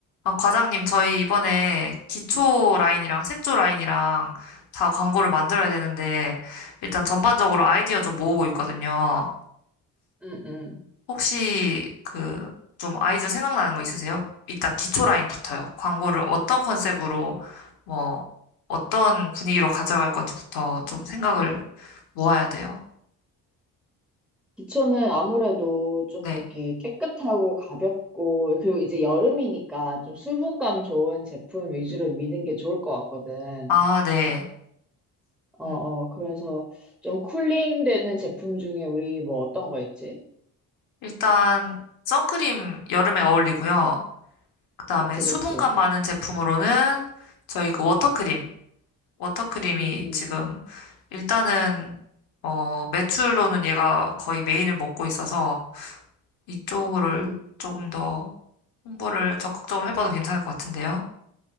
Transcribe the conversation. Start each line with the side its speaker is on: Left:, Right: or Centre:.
Left: 아, 과장님, 저희 이번에 기초 라인이랑 색조 라인이랑 다 광고를 만들어야 되는데, 일단 전반적으로 아이디어 좀 모으고 있거든요.
Centre: 음, 음.
Left: 혹시 그, 좀 아이디어 생각나는 거 있으세요? 일단 기초 라인부터요. 광고를 어떤 컨셉으로, 뭐, 어떤 분위기로 가져갈 건지부터 좀 생각을 모아야 돼요.
Centre: 기초는 아무래도 좀
Left: 네.
Centre: 이렇게 깨끗하고 가볍고, 그리고 이제 여름이니까 좀 수분감 좋은 제품 위주로 미는 게 좋을 것 같거든.
Left: 아, 네.
Centre: 어,
Left: 음,
Centre: 어, 그래서 좀 쿨링 되는 제품 중에 우리 뭐 어떤 거 있지?
Left: 일단, 선크림 여름에 어울리고요. 그다음에
Centre: 그치,
Left: 수분감
Centre: 그치.
Left: 많은 제품으로는 저희 그 워터크림. 워터크림이
Centre: 음, 음.
Left: 지금 일단은 어 매출로는 얘가 거의 메인을 먹고 있어서 이쪽을
Centre: 음,
Left: 조금 더 홍보를 적극적으로 해봐도 괜찮을 것 같은데요.